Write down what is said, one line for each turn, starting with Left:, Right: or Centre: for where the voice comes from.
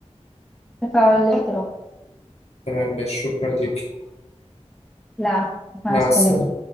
Centre: تفاعل الاحتراق
Left: تمام ماشي شكرا ليك
Centre: لا عفوا مع
Left: مع
Centre: السلامة
Left: السلامة